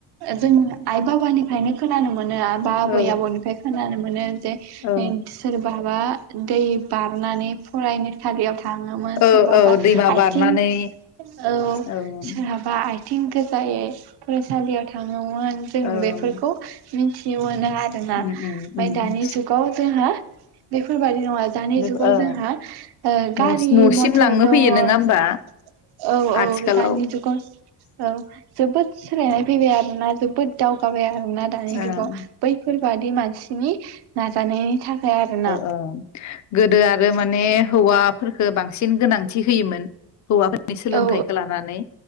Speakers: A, on the right; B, on the left.
A: जों आइ बाबानिफ्रायनो खोनानो मोन आबा आबै
B: औ
A: आबौनिफ्राय खोनानो मोनो जे
B: औ
A: सोरबा बा दै बारनानै फरायनो हाबायाव था थाङोमोन
B: औ
A: सोरबाबा
B: औ दैमा
A: आथिं
B: बारनानै
A: औ
B: औ
A: सोरहाबा आथिं गोजायै फरायसालियाव थाङोमोन जों
B: औ
A: बेफोरखौ
B: उम
A: मिथिनो मोनो आरोना ओमफाय
B: उम उम
A: दानि जुगाव जोंहा बे होबाय दङ दानि
B: बे
A: जुगाव
B: ओ
A: जोंहा ओ गारि
B: न' न'सिम
A: मथर
B: लांनो
A: दङ
B: फैयो
A: औ
B: नङा होमबा
A: औ
B: आथिखालाव
A: दानि जुगाव औ जोबोद सोलायनाय फैबाय आरो ना जोबोद दावगाबाय आरो दानि
B: ओं
A: जुगाव बैफोर बादि मानसिनि नाजानायनि थाखाय ओमफाय आरो ना
B: ओ ओ गोदो आरो माने हौवा फोरखो बांसिन गोनांथि होयोमोन हौवा सोलोंथाइखौ
A: औ
B: लानानै